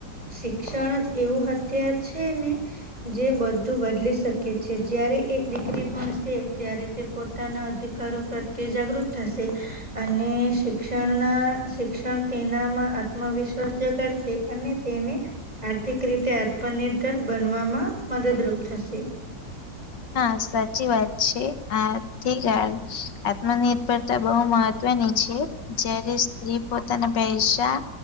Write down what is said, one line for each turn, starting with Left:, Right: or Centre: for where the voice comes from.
Right: શિક્ષણ જ એવું હથયાાર છે ને જે બધું બદલી શકે છે જયારે એક દીકરી ભણશે ત્યારે તે પોતાના અધિકારો પ્રત્યે જાગૃત થશે અને શિક્ષણના શિક્ષણ તેનામાં આત્મવિશ્વાસ જગાડશે અને તેને આર્થિક રીતે આત્મનિર્ભર બનવામાં મદદરૂપ થશે.
Left: હા સાચી વાત છે હા ઠીક હે આત્મનિર્ભરતા બહુ મહત્વ ની છે જયારે સ્ત્રી પોતાના પૈસા